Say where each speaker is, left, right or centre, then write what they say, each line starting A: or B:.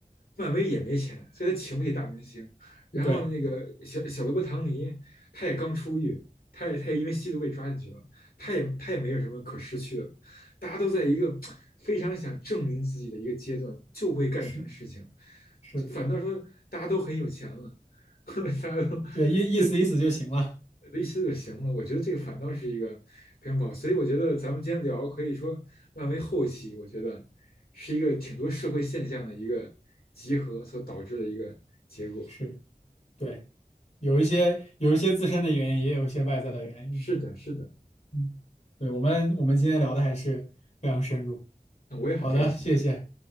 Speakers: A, on the left; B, on the left.
A: 漫威也没钱，所以他请不起大明星。然后那个小小罗伯·
B: 对，
A: 唐尼，他也刚出狱，他也他也因为吸毒被抓进去了，他也他也没有什么可失去了，大家都在一个非常想证明自己的一个阶段，就会干成事情。
B: 是是的。
A: 反倒说大家都很有钱了，<laughs> 大家都
B: 对，意意思意思就行了。
A: 就一起就行了。我觉得这个反倒是一个偏跑，所以我觉得咱们今天聊可以说漫威后期，我觉得是一个挺多社会现象的一个集合所导致的一个结果。
B: 是，对，有一些有一些自身的原因，也有一些外在的原因。
A: 是的，是的，
B: 嗯，对，我们我们今天聊的还是非常深入。
A: 嗯我也很开心。
B: 好的，谢谢。